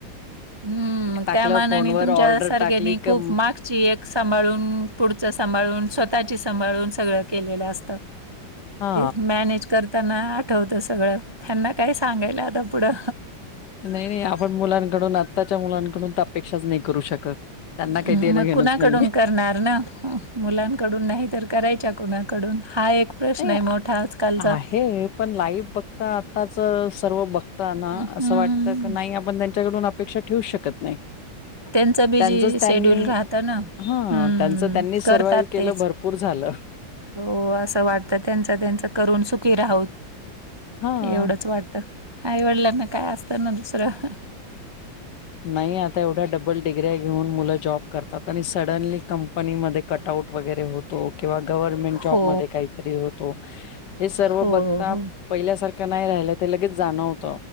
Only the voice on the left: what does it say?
टाकलं
फोनवर
ऑर्डर
टाकली
क
हा
नाही नाही आपण मुलांकडून, आत्ताच्या मुलांकडून तर अपेक्षाच नाही करू शकत. त्यांना काही
देणं घेणंच
नाहीये.
नाही
आहे पण, लाईफ बघता आताच सर्व बघता ना
असं वाट तर नाही आपण त्यांच्याकडून अपेक्षा ठेवू शकत. नाही.
त्यांचच त्यांनी
हा,
त्यांचं त्यांनी सर्वाइव्ह
केलं
भरपूर झालं.
हा.
नाही आता एवढ्या डबल डिग्रिया घेऊन मुल जॉब करतात आणि सडनली कंप कंपनी मध्ये कट आउट वगैरे होत. किंवा गव्हर्मेंट जॉबमध्ये
काहीतरी होतो हे सर्व
बघता.
पहिल्यासारखं नाही राहिलं ते लगेच जाणवत